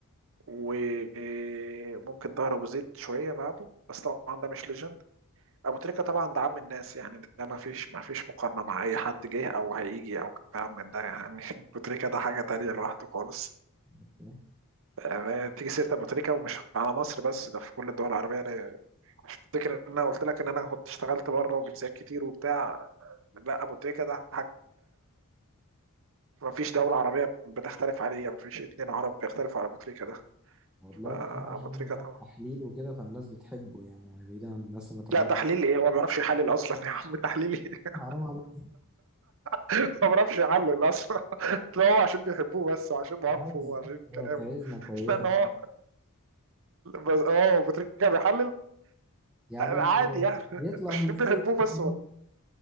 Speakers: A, on the right (about 65°); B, in the centre.
A: وممكن ظهر ابو زيد شويه بعده بس طبعا ده مش ليجند ابو تريكه طبعا ده عم الناس يعني ده ما فيش ما فيش مقارنه مع اي حد جه او هيجي او كلام من ده يعني <laughs> ابو تريكه ده حاجه تانية لوحده خالص
B: أوكي.
A: يعني تيجي سيره ابو تريكه ومش على مصر بس ده في كل الدول العربيه أنا افتكر ان انا قلت لك ان انا كنت اشتغلت بره وجنسيات كتير وبتاع لا ابو تريكه ده حاجه ما فيش دولة عربية بتختلف عليه ما فيش اتنين عرب بيختلفوا على أبو تريكة ده
B: هو دلوقتي
A: فأبو
B: كمان عشان
A: تريكة
B: موضوع
A: ده
B: التحليل وكده فالناس بتحبه يعني يعني بعيدا عن الناس اللي ما تابعتش
A: لا تحليل ايه هو ما بيعرفش يحلل اصلا يا عم تحليل ايه
B: حرام عليك
A: <laughs> هو ما بيعرفش يحلل اصلا <laughs> لا هو عشان بيحبوه بس وعشان مواقفه
B: عادي،
A: وعشان
B: هو
A: كلامه
B: كاريزما
A: <laughs>
B: كويسة
A: لان هو بس اه أبو تريكة بيحلل
B: يعني
A: عادي يعني
B: بيطلع
A: <laughs> عشان
B: في الاستوديو
A: بيحبوه بس
B: أحلى.
A: والله